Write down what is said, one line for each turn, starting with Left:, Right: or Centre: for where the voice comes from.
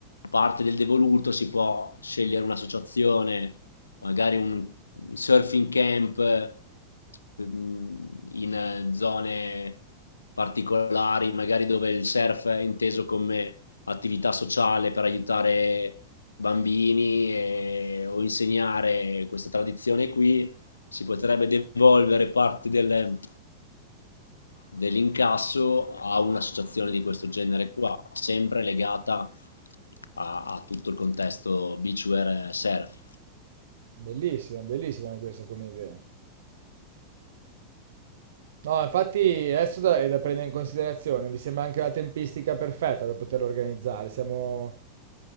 Left: parte del devoluto si può scegliere un'associazione, magari un un surfing camp eh, in eh, zone particolari, magari dove il surf è inteso come attività sociale per aiutare bambini e- o insegnare questa tradizione qui si potrebbe devolvere parte del, dell'incasso a un'associazione di questo genere qua, sempre legata a, a tutto il contesto beachwear surf.
Right: Bellissima, bellissima anche questa come idea. No, infatti adesso da- è da prendere in considerazione, mi sembra anche una tempistica perfetta per poterlo organizzare. Siamo